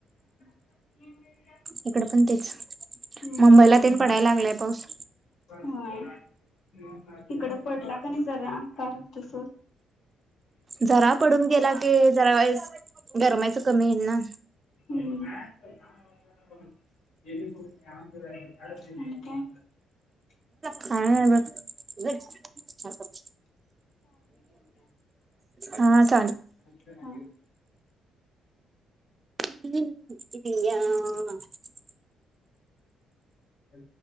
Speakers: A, on the left (about 75°); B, on the right (about 30°).
A: ह
B: इकडं पण तेच,
A: हम्म
B: मुंबईला तरी पडायला लागलाय पाऊस.
A: होय. इकडं पडला की नाही जरा, कार तसं
B: जरा पडून गेला की जरा वेळेस गरमायचं कमी येईल ना?
A: हं <unintelligible>
B: खा बस <inaudible> हा <unintelligible>
A: अच्छा <unintelligible>
B: हया
A: अच